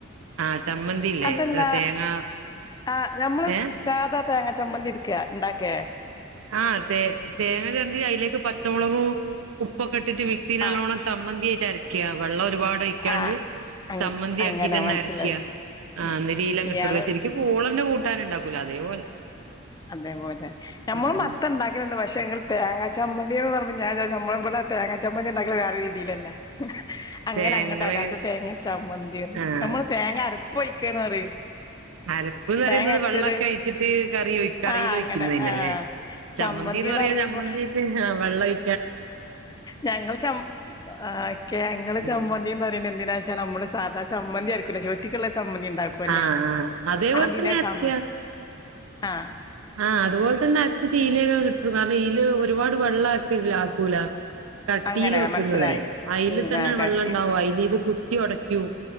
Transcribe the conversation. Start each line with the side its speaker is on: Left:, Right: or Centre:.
Right: ആഹ് ചമ്മന്തില്ലേഏ
Left: അതല്ല
Right: തേങ്ങ
Left: ആഹ് ഞമ്മള്
Right: ഏഹ്
Left: സാധാ തേങ്ങ ചമ്മന്തി ഇട്ക്ക ണ്ടാക്കേ
Right: ആഹ് തെ തേങ്ങ ചെരറ്റി അയിലേക്ക് പച്ചമുളകും ഉപ്പൊക്കെ ഇട്ടിട്ട് മിക് സീല് നല്ലോണം
Left: ആഹ്
Right: ചമ്മന്തി ആയിട്ട് അരയ്ക വെള്ളം ഒരുപാട് ഒഴിക്കാണ്ട്
Left: ആഹ് അങ്ങ
Right: ചാമ്മന്തി
Left: അങ്ങനെ
Right: ആക്കി ട്ടന്നെ
Left: മനസ്സിലായി
Right: അരക്കിയ ആഹ്
Left: ഉം
Right: ന്നട്ട് ഈ ലങ്ങട്ട്
Left: ഇയാള്
Right: ഇട്ട ട്ക്കാ ശരിക്കും പൂളന്റെ കൂട്ടാന് ഉണ്ടാക്കൂല അതേപോലെ
Left: അതേപോലെ നമ്മള്
Right: ആഹ്
Left: മത്തൻ ണ്ടാക്കലുണ്ട് പക്ഷെ ങ്ങള് തേങ്ങാ ചമ്മന്തിന്ന് പറഞ്ഞ ഞാൻ ചാര്ച്ച് നമ്മള് വടെ തേങ്ങാ ചമ്മന്തി ണ്ടാക്കങ്കല് വേറെ രീതിയിലല്ലേ അങ്ങനെ
Right: തേങ്ങളെക്കെ
Left: അങ്ങട്ട അല്ലാതെ തേങ്ങ ചമ്മന്തിന്ന്
Right: ആഹ്
Left: നമ്മള് തേങ്ങ അരപ്പ് ഒഴിക്കാന്ന് പറയും
Right: അര പ്പ് ന്ന് പറയുന്നത്
Left: തേങ്ങ അരച്ചത്
Right: വെള്ളക്കെ ഒഴിച്ചിട്ട് കറി കറിയിൽ
Left: ആഹ്
Right: ഒഴിക്കുന്നോന്
Left: അങ്ങനെ ആഹ്
Right: ല്ലേ ചമ്മന്തി
Left: ചമ്മന്തിന്ന്
Right: എന്ന് പറയാ
Left: പറയുമ്പോ
Right: ചമ്മന്തി <unintelligible> ഹാ വെള്ളം ഒഴി
Left: ഞങ്ങള് ചമ്മ ക്യാ ഇങ്ങള്
Right: ആഹ്
Left: ചമന്തി ന്ന് റിണേ എന്തിനാ ച്ചാ ല മ്മള് സാധാ ചമ്മന്തി ആര്ക്കുല്ലേ ചോറ്റ്ക്ക്ള്ള ചമ്മന്തി ണ്ടാകൊല്ലൊ
Right: ആഹ് അതേപോലെ
Left: അതിനാ
Right: തന്നെ അരയ്ക്ക
Left: ചമ്മ ആഹ്
Right: ആഹ് അതുപോലെ തന്നെ അരച്ച് <unintelligible> കിട്ടും കാരണം ഈല് ഒരുപാട് വെള്ളം ആക്കില്ല ആക്കൂല കട്ടീൽ
Left: അങ്ങനെ
Right: വെക്കുന്നതല്ലേ
Left: മനസ്സിലായി
Right: അയിൽ
Left: ഉം
Right: തന്നെ
Left: ആ കട്ടില്
Right: വെള്ളം ഉണ്ടാവും അയിൽ ഇത് കുത്തിയോടക്കൂ